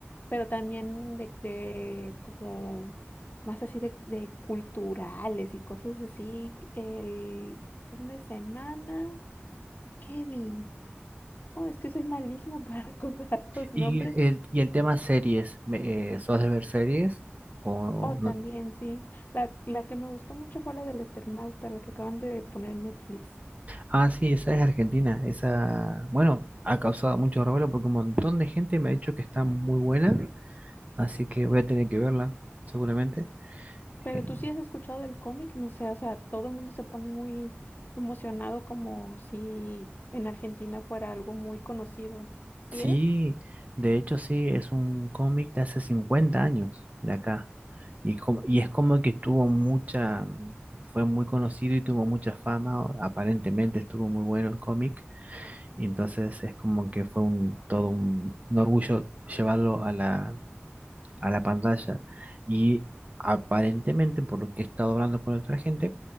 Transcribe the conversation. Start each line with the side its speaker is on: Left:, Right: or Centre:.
Left: pero también de, de como más así de, de culturales y cosas así. El fin de semana, ¿qué vi? Oh, es que soy malísima para <laughs> recordar los nombres.
Right: ¿Y el, y el tema series? me- eh, ¿sos de ver series? O
Left: Oh, también,
Right: no?
Left: sí. La, la que me gustó mucho fue la del Eternauta, la que acaban de poner en Netflix.
Right: Ah, sí, esa es Argentina. Esa, bueno, ha causado mucho revuelo porque un montón de gente me ha dicho que está muy buena. Así que voy a tener que verla, seguramente.
Left: Pero
Right: Eh,
Left: tú sí has escuchado del cómic, no sé, o sea, todo el mundo se pone muy emocionado como si en Argentina fuera algo muy conocido. ¿Sí
Right: sí,
Left: es?
Right: de hecho sí, es un cómic de hace 50 años de acá. Y, como- y es como que tuvo mucha, mm, fue muy conocido y tuvo mucha fama. o Aparentemente estuvo muy bueno el cómic. Y entonces es como que fue un, todo un, un orgullo llevarlo a la, a la pantalla. Y aparentemente, por lo que he estado hablando con otra gente,